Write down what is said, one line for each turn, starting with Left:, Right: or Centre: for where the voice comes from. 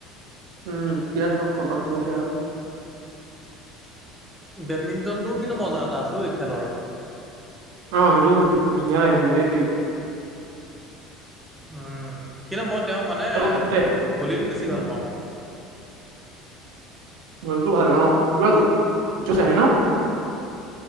Right: উম এতিয়া চব খটম হৈছে আৰু
Centre: বেডমিণ্টনটোও কিন্তু মজা এটা আছে ঐ এই খেলৰ
Right: আহ সেইটো ধুনীয়া লাগে খি দেই
Centre: উম কিন্তু মই তেওঁ মানে
Right: ফাটে
Centre: উ ভলীটো বেছি ভাল পাওঁ
Right: ভৰকো ভাল অ কিবা জচ আহে ন